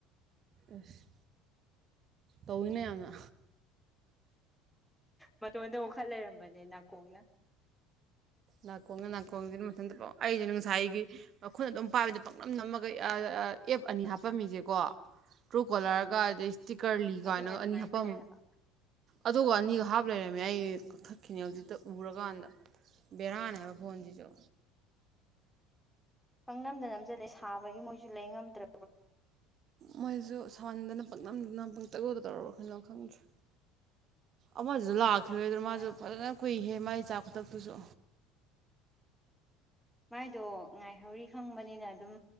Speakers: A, on the right; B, in the centre.
A: ꯑꯁ ꯇꯧꯋꯤ ꯃꯌꯥꯝꯅ
B: ꯃꯇꯣꯟꯗ ꯋꯥꯈꯠ ꯂꯩꯔꯝꯕꯅꯦ ꯅꯥꯀꯣꯡꯅ
A: ꯅꯥꯀꯣꯡꯗ ꯅꯥꯀꯣꯡꯁꯤꯅ ꯃꯊꯟꯇ ꯂꯣꯏ ꯑꯩꯁꯤꯅ ꯉꯁꯥꯏꯒꯤ ꯃꯈꯨꯠ ꯑꯗꯨꯝ ꯄꯥꯏꯕꯗ ꯄꯥꯛꯅꯝ ꯅꯝꯃꯒ ꯑ ꯑꯦꯞ ꯑꯅꯤ ꯍꯥꯞꯄꯝꯃꯤꯁꯦꯀꯣ ꯇ꯭ꯔꯨ ꯀꯣꯂꯔꯒ ꯑꯗꯩ ꯇꯤꯀꯔꯂꯤ
B: ꯑꯗꯨꯅꯦ
A: ꯀꯥꯏꯅꯒ
B: ꯑꯗꯨꯃꯥꯏꯅ
A: ꯑꯅꯤ ꯍꯥꯞꯄꯝ
B: ꯇꯧꯋꯦ ꯍꯥꯏꯕ
A: ꯑꯗꯨꯒ ꯑꯅꯤꯒ ꯍꯥꯞ ꯂꯩꯔꯝ ꯃꯌꯥꯏ ꯀꯛꯊꯛꯈꯤꯅꯦ ꯍꯧꯖꯤꯛꯇ ꯎꯔꯀꯥꯟꯗ ꯕꯦꯔꯥꯅꯦꯕ ꯐꯣꯟꯁꯤꯁꯨ
B: ꯄꯪ ꯅꯝꯗ ꯅꯝꯁꯤꯜꯂꯦ ꯁꯥꯕꯒꯤ ꯃꯣꯏꯁꯨ ꯂꯩ ꯉꯝꯗ꯭ꯔ
A: ꯃꯣꯏꯁꯨ ꯁꯥꯎꯍꯟꯗꯅ ꯄꯥꯛꯅꯝꯗ ꯅꯝ ꯄꯨꯡꯇꯧꯗ ꯇꯧꯔꯕ ꯀꯦꯅꯣ ꯈꯪꯗ꯭ꯔꯦ ꯑꯃꯗꯨꯁꯨ ꯂꯥꯛ ꯂꯣꯏꯔꯦꯗꯅ ꯃꯥꯁꯨ
B: ꯍꯥꯏ
A: ꯐꯖꯅ ꯀꯨꯏꯍꯦ ꯃꯥꯏ ꯆꯥ ꯈꯨꯊꯛꯇꯨꯁꯨ
B: ꯃꯥꯏꯗꯣ ꯉꯥꯏꯍꯧꯔꯤ ꯈꯪꯕꯅꯤꯅ ꯑꯗꯨꯝ